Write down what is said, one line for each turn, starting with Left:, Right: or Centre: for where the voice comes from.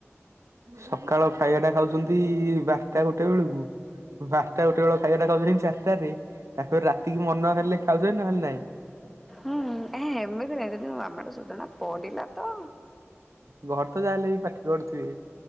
Right: ସକାଳ ଖାଇବା ଟା ଖାଉଛନ୍ତି ବାରଟା ଗୋଟେ ବେଳକୁ ବାରଟା ଗୋଟେ ବେଳ ଖାଇବାଟା ଖାଉଛନ୍ତି ଚାରିଟା ରେ ତାପରେ ରାତିକି ମନ ହେଲେ ଖାଉଛନ୍ତି ନହେଲେ ନାହିଁ?
Centre: ହୁଁ ଏମିତି ନାଇଁ ଯଦି ମାମାର ସୋଧଣା ପଡ଼ିଲା ତ
Right: ଘର ତ ଯାହାଲେ ପାଟି କରୁଥିବେ।